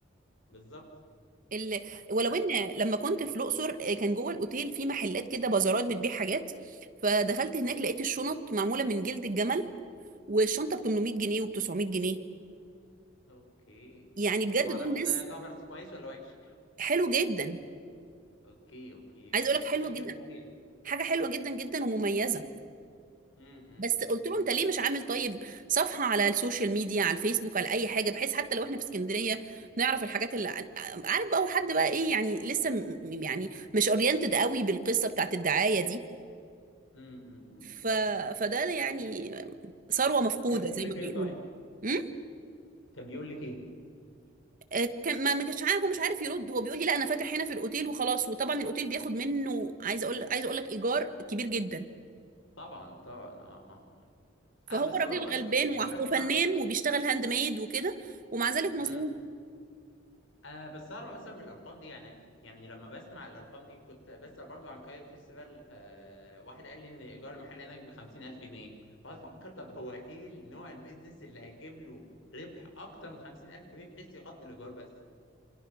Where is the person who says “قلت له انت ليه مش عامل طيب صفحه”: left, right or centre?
Right